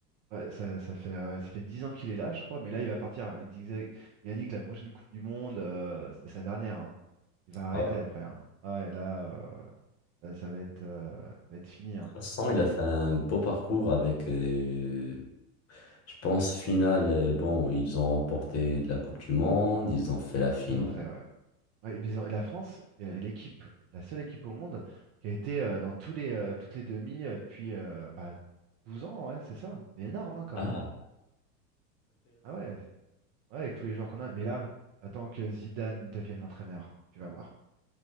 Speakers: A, on the right; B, on the left.
A: ouais, ça, ça fait, euh, ça fait dix ans qu'il est là, je crois. Mais là, il va partir. hein. Il disait, il a dit que la prochaine Coupe du Monde, euh, c'est sa dernière. hein. Il va arrêter
B: Ah ouais.
A: après. hein. Ah ouais, là. euh, Ça, ça va être, euh, ça va être fini, hein.
B: Vincent, il
A: Oui,
B: a fait un beau parcours avec, euh, je pense, finale. euh, Bon, ils ont remporté la Coupe du Monde, ils ont fait la finale.
A: ils en ont fait, ouais. Ouais, et puis ils ont- et la France, c'est l'équipe, la seule équipe au monde qui a été euh, dans tous les, euh, toutes les demi euh, depuis euh, bah, 12 ans, ouais, c'est ça. C'est énorme hein, quand
B: Ah,
A: même. hein. Ah ouais, ouais, avec tous les joueurs qu'on a. Mais là, attends que Zidane devienne l'entraîneur, tu vas voir.